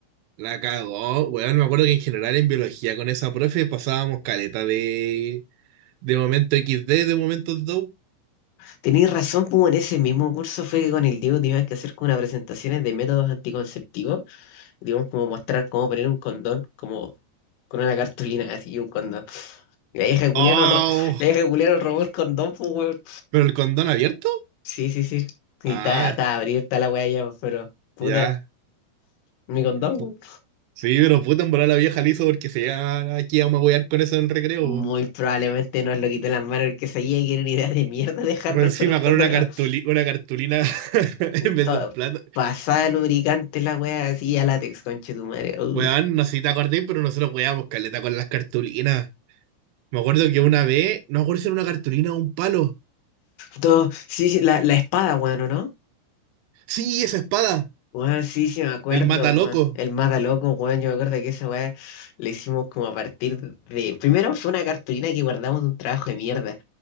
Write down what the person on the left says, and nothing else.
Tenéis razón, pues en ese mismo curso fue que con el Diego tuvimos que hacer como unas presentaciones de métodos anticonceptivos. Tuvimos como mostrar cómo poner un condón, como con una cartulina así y un condón. La vieja culiá
nos ro- <laughs> la vieja culiá nos robó el condón, pues weón.
Sí, sí, sí. Y
está, está abierta la weá ya, pues, pero puta,
mi condón,
weón.
Muy probablemente nos lo quitó en las manos el que sabía que era una idea de mierda dejarnos
con un condón
en
la-
Y todo,
pasada lubricante la weá así a látex, conche tu madre. uh.
Todo, sí, sí, la, la espada, weón, ¿o no?
Weón, sí, sí, me acuerdo,
weón. El mata loco, weón. Yo me acuerdo que esa weá le hicimos como a partir de. Primero fue una cartulina que guardamos de un trabajo de mierda.